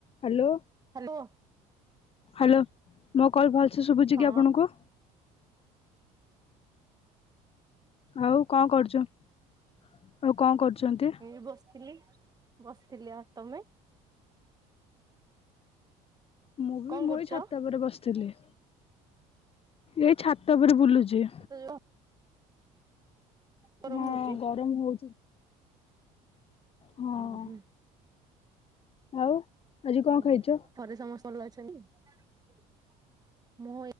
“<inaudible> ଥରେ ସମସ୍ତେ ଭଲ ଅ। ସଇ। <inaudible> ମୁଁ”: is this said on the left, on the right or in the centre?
Right